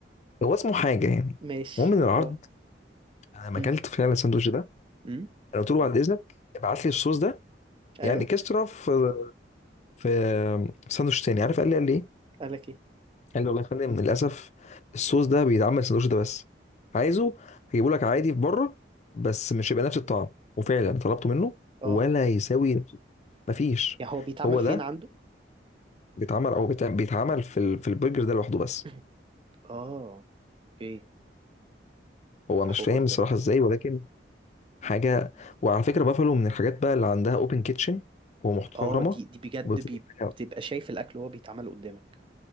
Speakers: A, on the left; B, on the right.
A: هو اسمه حاجه يعني
B: ماشي
A: المهم من العرض
B: اه
A: انا ما
B: امم
A: اكلت فعلا الساندوتش ده
B: امم
A: انا قلت له بعد اذنك ابعت لي الصوص ده
B: ايوه
A: يعني كسرة في في ساندوتش تاني عارف قال لي قال لي ايه
B: قالك ايه
A: قال لي والله يا فندم للاسف الصوص ده بيتعمل السندوتش ده بس عايزه هجيبه لك عادي في بره بس مش هيبقى نفس الطعم وفعلا طلبته منه
B: اه
A: ولا يساوي نفس مفيش
B: يا هو بيتعمل
A: هو
B: فين
A: ده
B: عنده
A: بيتعمل او بيتع- بيتعمل في ال- في البرجر ده لوحده بس
B: <laughs> <clears throat> اه اوكي
A: هو
B: الحوار
A: مش فاهم
B: ده
A: الصراحه ازاي ولكن حاجه وعلى فكره بافالو من الحاجات بقى اللي عندها اوبن كيتشن ومحترمه
B: اه دي دي بجد
A: وبتقدم
B: بي
A: حاجة-
B: بتبقى شايف الاكل وهو بيتعمل قدامك